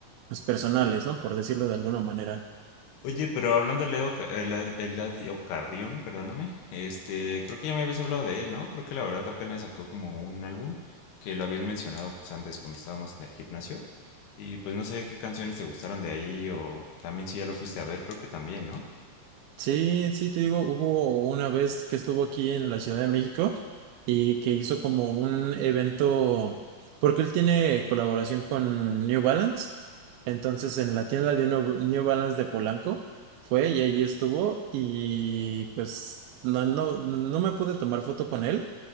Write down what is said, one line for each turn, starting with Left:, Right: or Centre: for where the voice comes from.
Right: más personales, ¿no? Por decirlo de alguna manera.
Left: Oye, pero hablando de Leo, Ca- Ela- Eladio Carrión, perdóname, este, creo que ya me habías hablado de él, ¿no? Creo que la verdad apenas sacó como un álbum que lo habías mencionado pues antes cuando estábamos en el gimnasio. Y pues no sé qué canciones te gustaron de ahí o también si ya lo fuiste a ver, creo que también, ¿no?
Right: Sí, sí, te digo, hubo una vez que estuvo aquí en la Ciudad de México y que hizo como un evento, porque él tiene colaboración con New Balance, entonces en la tienda de New New Balance de Polanco fue y ahí estuvo y pues no, no, no me pude tomar foto con él,